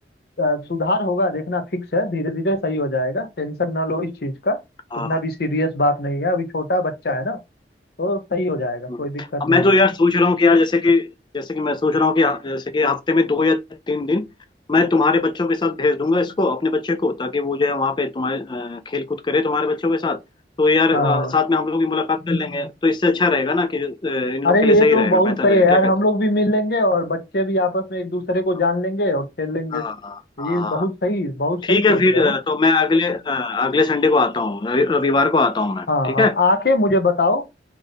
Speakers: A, on the left; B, on the left.
A: अ, सुधार होगा देखना फिक्स है धीरे धीरे सही हो जाएगा टेंशन ना लो इस चीज का
B: हाँ,
A: उतना भी सीरियस बात नहीं है अभी छोटा बच्चा है ना तो सही हो जाएगा
B: हाँ।
A: कोई दिक्कत
B: अब
A: नहीं
B: मैं तो
A: है
B: यार सोच रहा हूँ कि यार जैसे कि जैसे कि मैं सोच रहा हूँ कि हाँ, जैसे कि हफ्ते में दो या तीन दिन मैं तुम्हारे बच्चों के साथ भेज दूंगा इसको अपने बच्चे को ताकि वो जो है वहाँ पे तुम्हारे खेल कूद करे तुम्हारे बच्चों के साथ तो यार
A: हाँ
B: अ, साथ में हम लोग भी मुलाकात कर लेंगे तो इससे अच्छा रहेगा ना कि अ, इन लोग
A: अरे
B: के लिए सही
A: ये तो
B: रहेगा
A: बहुत
B: बेहतर
A: सही
B: रहेगा
A: है यार
B: क्या कहते
A: हम लोग भी मिल लेंगे और बच्चे भी आपस में एक दूसरे को जान
B: हो
A: लेंगे और खेल लेंगे
B: हाँ
A: तो
B: हाँ हाँ।
A: ये बहुत सही बहुत
B: ठीक
A: सही सोच
B: है फिर
A: रहे हो
B: अ, तो मैं अगले अ, अगले संडे को आता हूँ रवि- रविवार को आता हूँ मैं
A: हाँ
B: ठीक
A: हाँ
B: है
A: आके मुझे बताओ